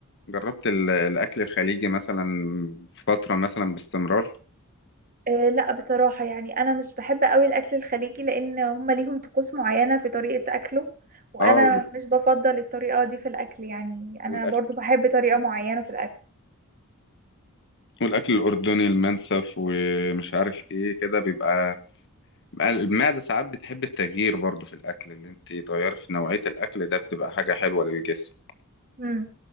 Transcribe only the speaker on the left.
جربت ال- الاكل الخليجي مثلا فتره مثلا باستمرار
اه وال-
والاكل
والاكل الاردني المنسف ومش عارف ايه كده بيبقى المعده ساعات بتحب التغيير برضو في الاكل اللي انت تغير في نوعيه الاكل ده بتبقى حاجه حلوه للجسم